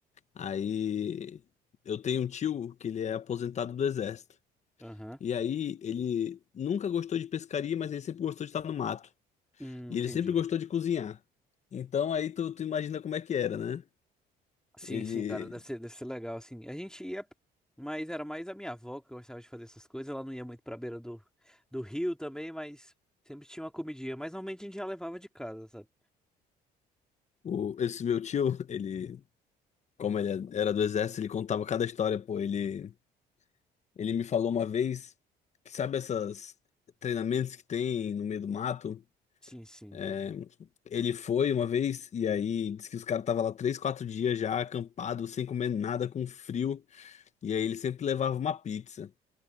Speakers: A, on the left (about 45°); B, in the centre.
A: Aí eu tenho um tio que ele é aposentado do exército.
B: Aham.
A: E aí ele nunca gostou de pescaria, mas ele sempre gostou de estar no mato.
B: Hum,
A: E
B: entendi.
A: ele sempre gostou de cozinhar. Então aí tu, tu imagina como é que era, né?
B: Sim,
A: Ele,
B: sim, cara, deve ser, deve ser legal, assim. A gente ia, mas era mais a minha avó que gostava de fazer essas coisas. Ela não ia muito pra beira do, do rio também, mas sempre tinha uma comidinha. Mas normalmente a gente já levava de casa, sabe?
A: o, esse meu tio, <laughs> ele, como ele era do exército, ele contava cada história, pô. Ele, ele me falou uma vez que sabe essas treinamentos que tem no meio do mato?
B: Sim, sim.
A: É, ele foi uma vez e aí disse que os caras estavam lá três, quatro dias já acampado, sem comer nada, com frio. E aí ele sempre levava uma pizza.